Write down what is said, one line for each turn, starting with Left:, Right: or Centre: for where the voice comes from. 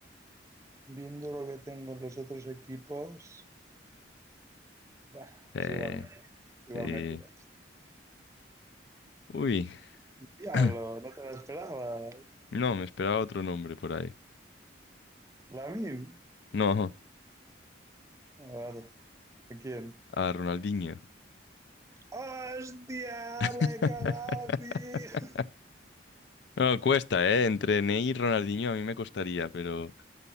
Right: viendo lo que tengo en los otros equipos, bah,
Left: Eh,
Right: pues igual me, igual
Left: sí.
Right: me tiro.
Left: Uy,
Right: Diablo,
Left: <clears throat>
Right: no te la esperaba.
Left: no, me esperaba otro nombre por ahí.
Right: Lamin.
Left: No,
Right: Ah, vale. ¿A quién?
Left: a Ronaldinho.
Right: ¡Hostia!
Left: <laughs>
Right: ¡La he cagado, tío!
Left: No, cuesta, ¿eh? Entre Ney y Ronaldinho a mí me costaría, pero,